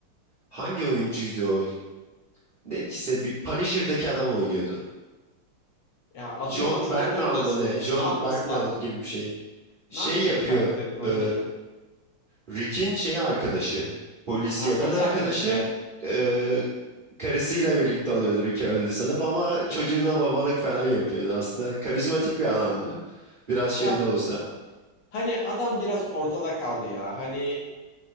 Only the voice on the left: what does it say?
Ya adından
hatırlayamıyorum
da
ne yapması
lazım?
Ne yapıyordu
karakter? Rolü
neydi?
Ha polis
arkadaşı ya.
Ee,
Ya
hani adam biraz ortada kaldı ya. Hani